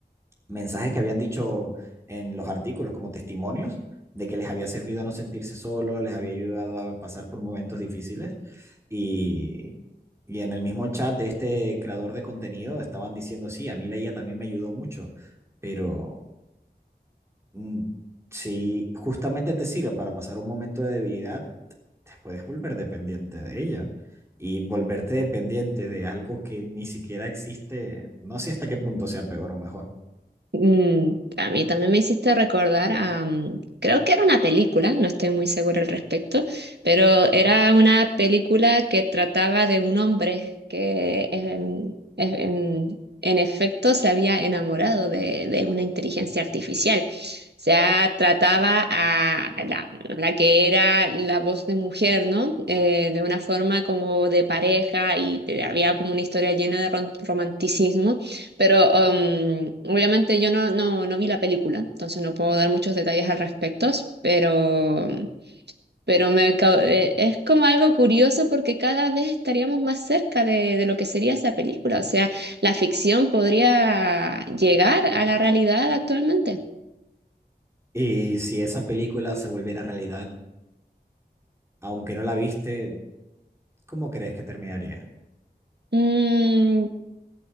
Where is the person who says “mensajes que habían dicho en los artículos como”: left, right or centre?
Right